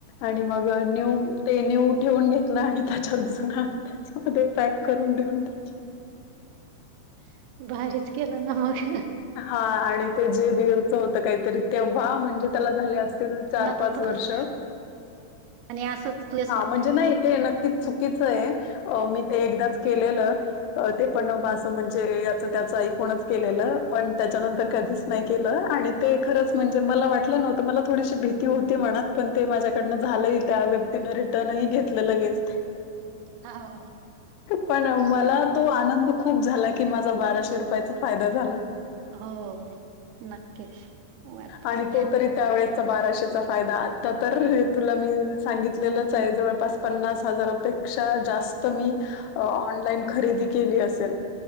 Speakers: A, on the left; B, on the right.
A: आणि मग न्यू ते न्यू ठेवून घेतलं आणि त्याच्या अ जुून त्याच्यामध्ये पॅक करून देऊन टाकलं.
B: भारीच केलं ना मग
A: हा आणि ते जे बीलच होत काहीतरी तेंव्हा म्हणजे त्याला झाले अस चार
B: ना
A: पाच
B: तो थोडस
A: वर्ष.
B: आणि असंच तुच
A: हां, म्हणजे नाही ते नक्कीच चुकीचं आहे मी ते एकदाच केलेलं. ते पण बा अस म्हणजे याच त्याच ऐकूनच केलेलं. पण त्याच्यानंतर कधीच नाही केलं आणि ते खरंच म्हणजे मला वाटलं नव्हतं मला थोडीशी भीती होती मनात पण ते माझ्याकडनं झालं त्या व्यक्तीने रिटर्नही घेतलं लगेच
B: हा
A: पण मला तो आनंद खूप झाला की माझा बाराशे रुपयाचा फायदा झाला.
B: हो नक्कीच, वाटत
A: आणि
B: ते
A: तो तरी त्या वेळेचा बाराशेचा फायदा आता तर तुला मी सांगितलेलंच आहे जवळपास पन्नास हजारापेक्षा जास्त मी ऑनलाईन खरेदी केली असेल.